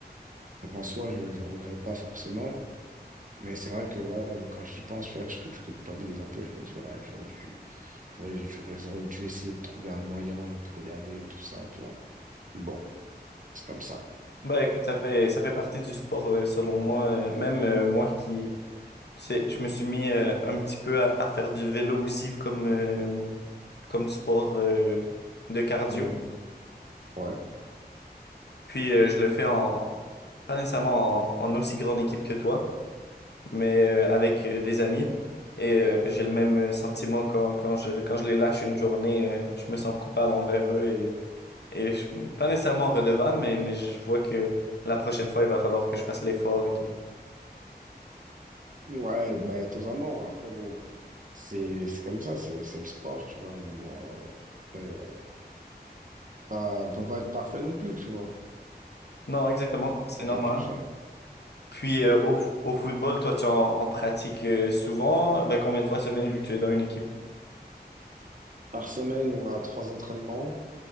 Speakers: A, on the right; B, on the left.
A: donc en soi, je, je regrette pas forcément. Mais c'est vrai que voilà, quand j'y pense, tu vois, je, je culpabilise un peu. Je me dis, ouais, j'aurais dû, j'aurais, j'aurais, j'aurais dû essayer de trouver un moyen pour y aller, tout ça, tu vois. Bon, c'est comme ça.
B: Ben écoute, ça fait ça fait partie du sport euh, selon moi. euh, Même euh, moi qui, tu sais, je me suis mis euh, un petit peu à, à faire du vélo aussi comme euh, comme sport euh, de cardio.
A: Ouais. Ouais.
B: Puis euh, je le fais en pas nécessairement en en aussi grande équipe que toi. mais euh, avec euh, des amis. Et euh, j'ai le même euh, sentiment quand, quand je, quand je les lâche une journée, euh, je me sens coupable envers eux et, et je, pas nécessairement redevable, mais, mais je vois que la prochaine fois, il va falloir que je fasse l'effort et tout.
A: Ouais, bah, totalement. Après, bon, c'est c'est comme ça, c'est c'est le sport, tu vois. Mais bon, euh, après, euh, pas- on peut pas être parfait non plus, tu vois.
B: Non, exactement,
A: On
B: c'est
A: peut pas
B: normal.
A: être parfait.
B: Puis euh, au, au football, toi, tu en, en pratiques euh, souvent. Ben, combien de fois semaine vu que tu es dans une équipe?
A: Par semaine, on a trois entraînements